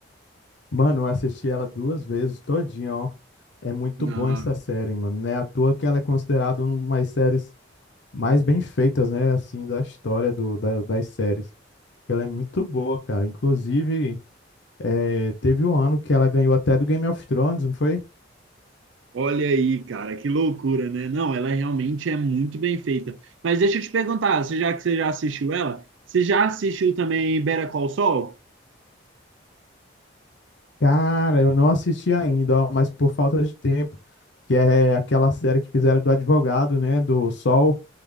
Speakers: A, on the left (about 70°); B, on the right (about 80°).
A: Mano, eu assisti ela duas vezes, todinha, ó. É muito
B: Não.
A: bom essa série, mano. Não é à toa que ela é considerada uma das séries mais bem feitas, né? Assim, da história do, da- das séries. Ela é muito boa, cara. Inclusive, eh, teve um ano que ela ganhou até do Game of Thrones, não foi?
B: Olha aí, cara, que loucura, né? Não, ela realmente é muito bem feita. Mas deixa eu te perguntar, você já que você já assistiu ela, você já assistiu também Better Call Saul?
A: Cara, eu não assisti ainda, ó, mas por falta de tempo, que é aquela série que fizeram do advogado, né, do Sol.